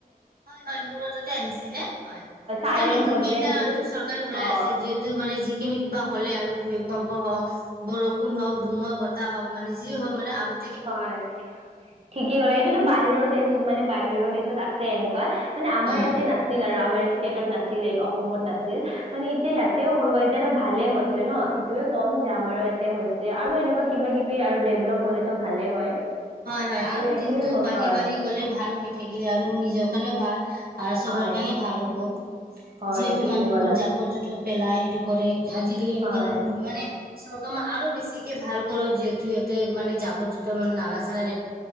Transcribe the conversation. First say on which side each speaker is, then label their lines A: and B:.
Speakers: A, on the right (about 70°); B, on the right (about 40°).
A: হয়-হয় মোৰো তাতে আহিছিলে। হয়, এটা
B: চাইৰেন
A: নতুনকেই
B: বজে
A: এটা
B: সেইটো
A: হয়টো চৰকাৰ ওলাই
B: অ
A: আছে যিহেতু মানে যিখিনি কিবা হলে আৰু ভূিকম্প হওক বৰষুণ হওক ধুমুৱা বতাহ হওক মানে যি হওক মানে আগতে
B: হয় ঠিকেই কলা। এইটোতো বাহিৰৰ দেশ মানে বাহিৰৰ দেশত আছে এনেকুৱা। মানে আমাৰ
A: উম
B: ইয়াতে নাছিল আৰু আমাৰ নাছিলেই অসমত নাছিল। মানে এতিয়া ইয়াতেও হয়। এতিয়াতো ভালে হৈছে ন? এইটোয়ে ক'ম যে আমাৰো ইয়াতে হৈছে আৰু এনেকুৱা কিবা কিবি আৰু ডেভলপ হ'লে, তটো ভালে হয়।
A: হয়-হয় আৰু
B: এইটোয়ে
A: দিনটো
B: ক-
A: বাঢ়ি-বাঢ়ি
B: হয়
A: গলে ভাল হৈ থাকিলে আৰু নিজৰ কাৰণেও ভাল। <inaudible> আৰু চবৰ
B: হয়
A: কাৰণে ভাল হ'ব।
B: হয়
A: যিহেতু
B: ঠিকেই
A: মানুহবোৰ
B: ক'লা
A: জাবৰ জোথৰ পেলাই সেইটো কৰে আজি কালি এনেকুৱা
B: হয়
A: মানে চৰকাৰে আৰু বেছিকে ভাল কৰি দিয়ে। যিহেতু মানে জাবৰ জোতৰ মানে নালাগ চালানি